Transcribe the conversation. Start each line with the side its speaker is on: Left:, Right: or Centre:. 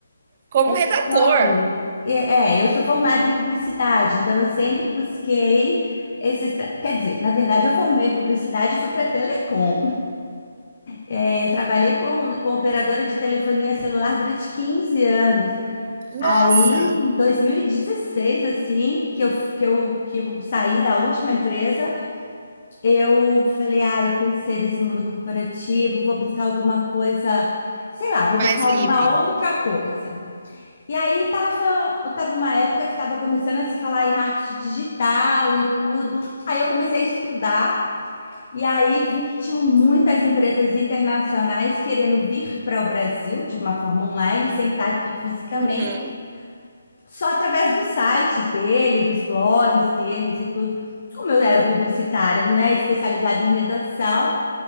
Right: como
Left: Eu
Right: redator.
Left: estou, é, é, eu sou formada em publicidade, então eu sempre busquei esses, tra- quer dizer, na verdade eu formei em publicidade e fui para telecom. É, eu trabalhei com, com operadora de telefonia celular durante 15 anos.
Right: Nossa,
Left: Aí, em 2016, assim, que eu, que eu, que eu saí da última empresa, eu falei, ai, cansei desse mundo corporativo, vou buscar alguma coisa, sei lá, vou
Right: mais
Left: buscar alguma
Right: livre.
Left: outra coisa. E aí tava, tava uma época que estava começando a se falar em marketing digital e tudo. Aí eu comecei a estudar e aí vi que tinham muitas empresas internacionais querendo vir para o Brasil de uma forma online, sem estar aqui fisicamente,
Right: Uhum.
Left: só através dos sites dele, dos blogs deles e tudo. Como eu era publicitária, né, especializada em redação,